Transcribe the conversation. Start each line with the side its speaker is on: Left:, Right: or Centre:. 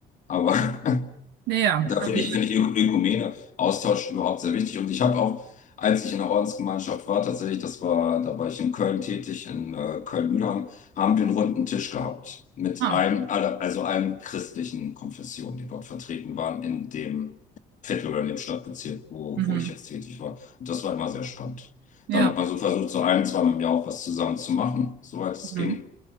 Left: aber <laughs>
Right: Ja, ja,
Left: Da
Right: also,
Left: finde ich, finde ich Ö- Ökumene, Austausch überhaupt sehr wichtig. Und ich habe auch, als ich in der Ordensgemeinschaft war, tatsächlich, das war, da war ich in Köln tätig, in äh, Köln-Mülheim, haben wir einen runden Tisch gehabt mit
Right: ah,
Left: allen, alle, also allen christlichen Konfessionen, die dort vertreten waren, in dem Viertel oder in dem Stadtbezirk, wo,
Right: mhm,
Left: wo ich jetzt tätig war. Und das war immer sehr spannend.
Right: ja,
Left: Dann hat man so versucht, so ein, zweimal im Jahr auch was zusammen zu machen, soweit es
Right: mhm,
Left: ging.